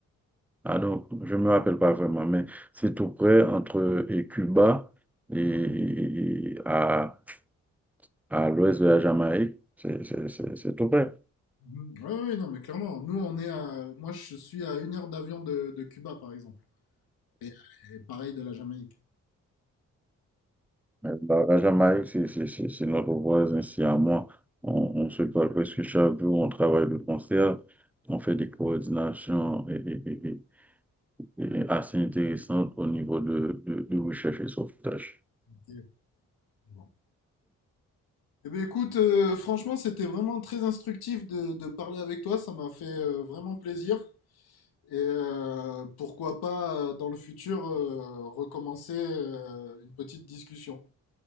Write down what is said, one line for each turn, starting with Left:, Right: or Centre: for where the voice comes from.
Centre: ah non, je ne me rappelle pas vraiment, mais c'est tout près entre et Cuba et, et- et à, à l'ouest de la Jamaïque. C'est c'est- c'est- c'est tout près.
Left: Mhm. Ouais, ouais, non, mais clairement, nous, on est à... Moi, je suis à une heure d'avion de, de Cuba, par exemple. Et, et pareil de la Jamaïque.
Centre: Mais La, la Jamaïque, c'est c'est- c'est- c'est notre voisin ici à moi. On, on se parle presque chaque jour, on travaille de concert, on fait des coordinations et, et- et- et- et assez intéressantes au niveau de, de, de recherche et sauvetage.
Left: Ok. Bon. Eh bien, écoute, euh, franchement, c'était vraiment très instructif de, de parler avec toi. Ça m'a fait euh, vraiment plaisir. Et euh, pourquoi pas, euh, dans le futur, euh, recommencer euh, une petite discussion.